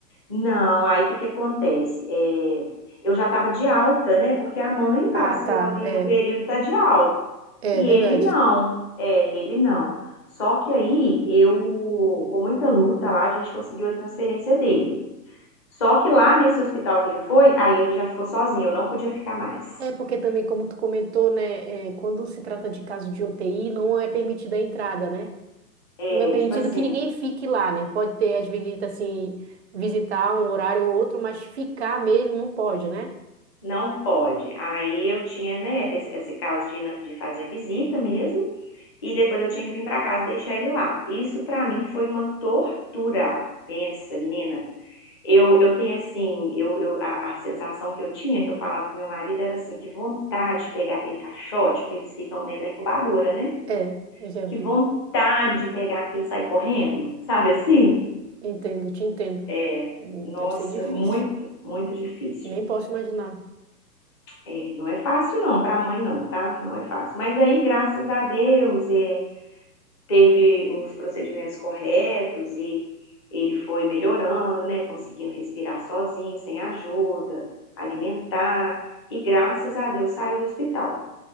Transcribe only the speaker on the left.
Não, aí o que que acontece? É, eu já estava de alta, né? Porque a mãe passou
ali,
o período tá de alta.
E
ele não, é, e ele não. Só que aí eu, com muita luta lá, a gente conseguiu a transferência dele. Só que lá nesse hospital que ele foi, aí ele já ficou sozinho, eu não podia ficar mais.
É,
tipo assim,
não pode. Aí eu tinha, né, esse, esse caso de, na- de fazer a visita mesmo, e depois eu tinha que vir pra casa e deixar ele lá. Isso pra mim foi uma tortura. Pensa, menina. Eu, eu tenho assim, eu, eu- a, a sensação que eu tinha, que eu falava com meu marido, era assim, que vontade de pegar aquele caixote, porque eles ficam dentro da incubadora, né?
Que
vontade de pegar aquilo e sair correndo, sabe assim?
É,
nossa,
muito, muito difícil.
É, não é fácil não, para a mãe não, tá? Não é fácil. Mas aí, graças a Deus, é, teve os procedimentos corretos e ele foi melhorando, né? Conseguindo respirar sozinho, sem ajuda, alimentar e graças a Deus saiu do hospital.